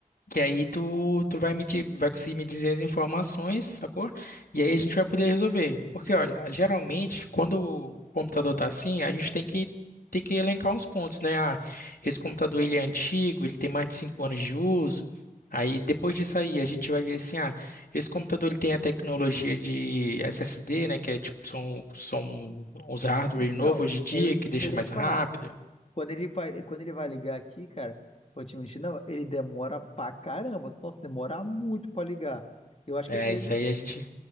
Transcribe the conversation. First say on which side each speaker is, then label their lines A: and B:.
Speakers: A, on the left; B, on the left.
A: Que aí tu, tu vai me, di- vai conseguir me dizer as informações, sacou? E aí a gente vai poder resolver. Porque, olha, geralmente, quando o computador tá assim, a gente tem que, tem que elencar uns pontos, né? Ah, esse computador ele é antigo, ele tem mais de 5 anos de uso. Aí, depois disso aí, a gente vai ver assim, ah, esse computador ele tem a tecnologia de SSD, né? Que é tipo, são, são uns hardware
B: Então,
A: novos hoje em dia,
B: eu,
A: que deixa
B: eu
A: mais
B: ia te
A: rápido.
B: falar, quando ele vai, quando ele vai ligar aqui, cara, vou te mentir, não, ele demora pra caramba. Nossa, demora muito pra ligar. Eu acho
A: É,
B: que ele,
A: isso aí a gente.